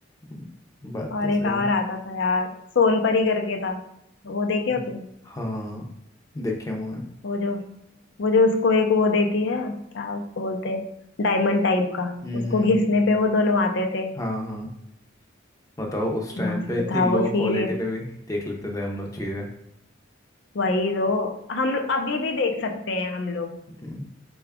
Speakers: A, on the left (about 15°); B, on the left (about 60°).
A: हम्म, बात
B: और
A: तो सही
B: एक और
A: है
B: आता था यार सोनपरी करके था वो देखे
A: हम्म।
B: हो तुम
A: हाँ देखे हुए हैं
B: वो जो वो जो उसको एक वो देती है क्या उसको बोलते हैं डायमंड टाइप का
A: हम्म
B: उसको
A: हम्म,
B: घिसने
A: हम्म, हम्म।
B: पे वो दोनों आते थे
A: हाँ हाँ बताओ उस टाइम
B: मस्त
A: पे इतनी
B: था
A: लो
B: वो सीरियल
A: क्वालिटी में भी देख लेते थे हम लोग चीज़ें
B: वही तो हम अभी भी देख सकते हैं हम लोग
A: हम्म,